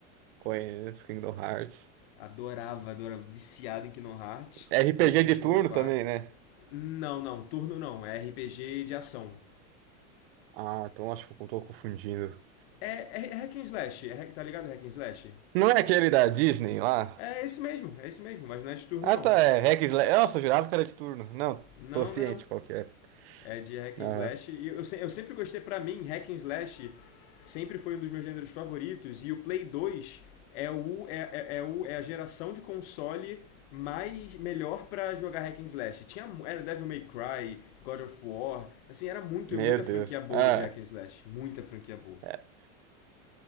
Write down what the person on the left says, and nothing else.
Adorava, adorava. Viciado em Kingdom Hearts,
Resident
Evil
4.
Não, não, turno não. É RPG de ação.
É, é, é hack and slash, é tá ligado hack and slash?
É esse mesmo, é esse mesmo, mas não é de turno
não.
Não,
não é não.
é de hack
and slash. E eu, eu sempre gostei, pra mim, hack and slash sempre foi um dos meus gêneros favoritos. E o Play 2 é, o, é, é, é o, é a geração de console mais melhor pra jogar hack and slash. Tinha, era Devil May Cry, God of War, assim, era muito,
muita franquia
boa
de hack and slash. Muita franquia boa.